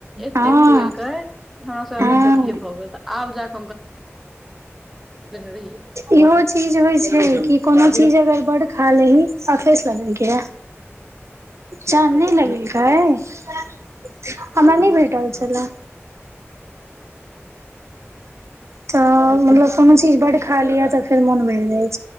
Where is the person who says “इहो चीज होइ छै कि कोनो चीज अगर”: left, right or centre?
Right